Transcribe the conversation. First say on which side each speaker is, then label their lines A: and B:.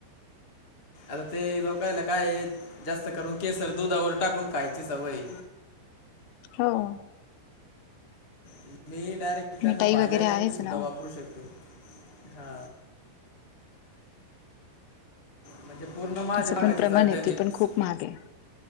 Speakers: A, on the left; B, on the left.
A: आता ते लोकायला काय हे जास्त करून केसर दुधावर टाकून खायची सवय आहे.
B: हो.
A: तुम्ही डायरेक्ट त्यांना
B: मिठाई
A: भाज्यांमध्ये
B: वगैरे आहेच
A: सुद्धा
B: ना हो.
A: वापरू शकतो हा. म्हणजे पूर्ण माझे
B: त्याचं
A: मागाचे
B: पण प्रमाण
A: आयटम
B: आहे
A: आहेच.
B: ते पण खूप महाग आहे